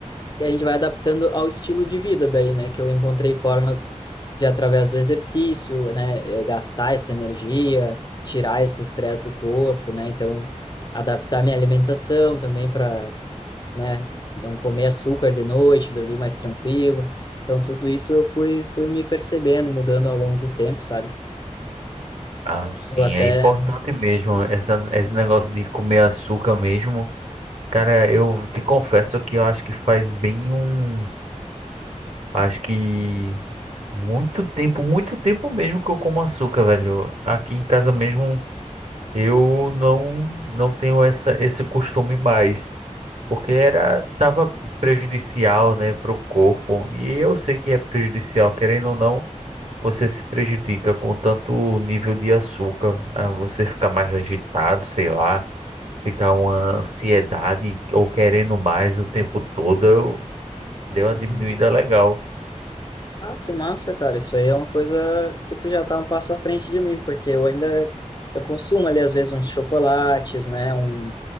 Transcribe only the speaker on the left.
que a gente vai adaptando ao estilo de vida daí, né? Que eu encontrei formas de, através do exercício, né? eh, Gastar essa energia, tirar esse estresse do corpo, né? Então, adaptar minha alimentação também para né? Não comer açúcar de noite, dormir mais tranquilo. Então, tudo isso eu fui, fui me percebendo, mudando ao longo do tempo, sabe?
Eu
até.
Uhum.
Uhum.
Ah, que massa, cara. Isso aí é uma coisa que tu já tá um passo à frente de mim, porque eu ainda eu consumo ali às vezes uns chocolates, né, um,